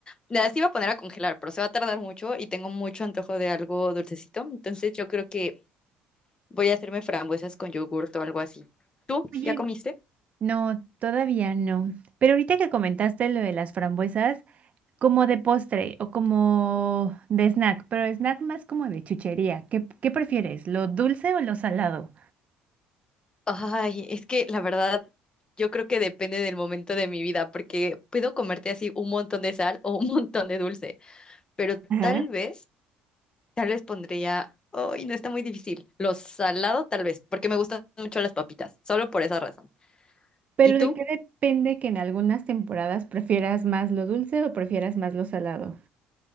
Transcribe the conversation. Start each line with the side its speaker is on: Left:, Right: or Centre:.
Left: las iba a poner a congelar, pero se va a tardar mucho y tengo mucho antojo de algo dulcecito, entonces yo creo que voy a hacerme frambuesas con yogurt o algo así. ¿Tú
Right: Oye,
Left: ya comiste?
Right: no, todavía no. Pero ahorita que comentaste lo de las frambuesas, como de postre o como de snack, pero snack más como de chuchería. ¿Qué, qué prefieres, lo dulce o lo salado?
Left: Ay, es que la verdad, yo creo que depende del momento de mi vida, porque puedo comerte así un montón de sal o un montón de dulce, pero
Right: Ajá.
Left: tal vez... Tal vez pondría, ay, no está muy difícil. Lo salado, tal vez, porque me gustan mucho las papitas, solo por esa razón.
Right: Pero
Left: ¿Y tú?
Right: ¿de qué depende que en algunas temporadas prefieras más lo dulce o prefieras más lo salado?